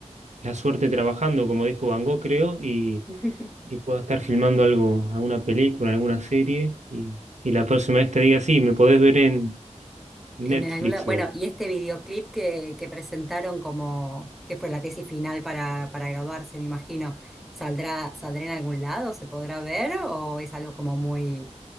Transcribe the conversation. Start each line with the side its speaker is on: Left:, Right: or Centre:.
Right: la suerte trabajando, como dijo Van Gogh, creo, y,
Centre: <laughs>
Right: y pueda estar filmando algo, alguna película, alguna serie. Y, y la próxima vez te diga, sí, me podés ver en Netflix
Centre: En algún lado. Bueno, y este videoclip que, que presentaron como que fue la tesis final para, para graduarse, me imagino, ¿saldrá, saldrá en algún lado? ¿Se podrá ver? ¿O es algo como muy